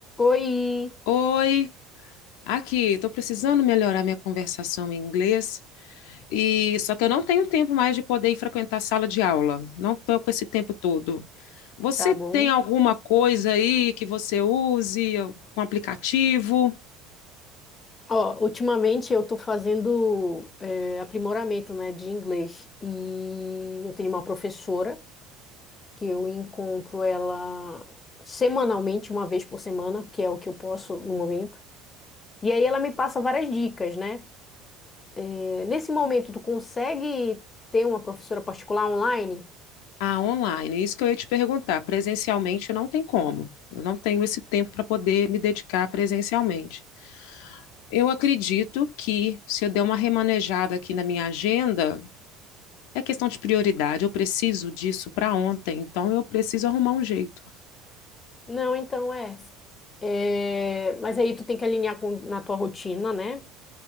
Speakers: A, on the left; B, on the left.
A: Oi,
B: Oi, aqui, estou precisando melhorar minha conversação em inglês e só que eu não tenho tempo mais de poder ir frequentar a sala de aula. Não estou com esse tempo todo. Você
A: tá bom?
B: tem alguma coisa aí que você use com aplicativo?
A: Ó, ultimamente eu tô fazendo eh, aprimoramento, né, de inglês e eu tenho uma professora que eu encontro ela semanalmente, uma vez por semana, que é o que eu posso no momento. E aí ela me passa várias dicas, né? Eh, nesse momento, tu consegue ter uma professora particular online?
B: Ah, online. Isso que eu ia te perguntar. Presencialmente não tem como. Eu não tenho esse tempo para poder me dedicar presencialmente. Eu acredito que se eu der uma remanejada aqui na minha agenda É questão de prioridade. Eu preciso disso para ontem, então eu preciso arrumar um jeito.
A: Não, então é. É, mas aí tu tem que alinhar com, na tua rotina, né?